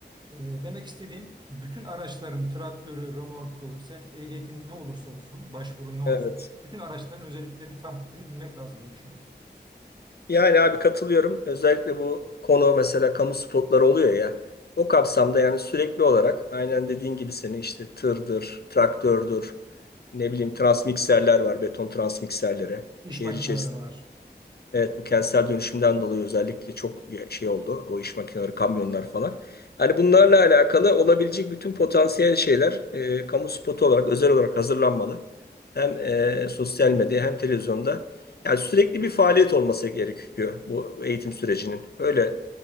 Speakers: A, on the right (about 25°); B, on the left (about 60°).
A: e, demek istediğim bütün araçların traktörü, römorku, sen ehliyetin ne olursa olsun, başvurun ne olursa
B: evet.
A: bütün araçların özelliklerini, tahtitlerini bilmek lazım diye düşünüyorum.
B: Yani abi katılıyorum. Özellikle bu konu mesela kamu spotları oluyor ya. O kapsamda yani sürekli olarak aynen dediğin gibi senin işte tırdır, traktördür, ne bileyim transmikserler var, beton transmikserleri.
A: İş
B: Şehir
A: makineleri
B: içerisinde
A: var.
B: Evet bu kentsel dönüşümden dolayı özellikle çok şey oldu. O iş makineleri, kamyonlar falan. Hani bunlarla alakalı olabilecek bütün potansiyel şeyler e, kamu spotu olarak, özel olarak hazırlanmalı. Hem e, sosyal medya hem televizyonda. Yani sürekli bir faaliyet olması gerekiyor bu eğitim sürecinin. Öyle